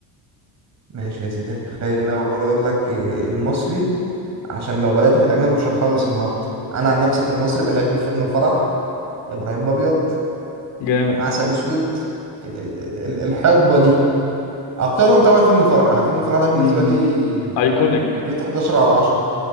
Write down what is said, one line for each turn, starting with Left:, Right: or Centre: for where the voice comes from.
Right: ماشي يا سيدي خلينا اقول أقول لك إيه المصري عشان لو بدأت في الاجنبي مش هنخلص النهارده انا عن نفسي في المصري بحب فيلم الفرح ابراهيم الابيض
Left: جامد
Right: عسل اسود ال- ال- ال- الحقبه دي اكترهم طبعا فيلم الفرح انا فيلم الفرح ده بالنسبه
Left: امم
Right: لي
Left: ايكونيك
Right: ريت 11 على 10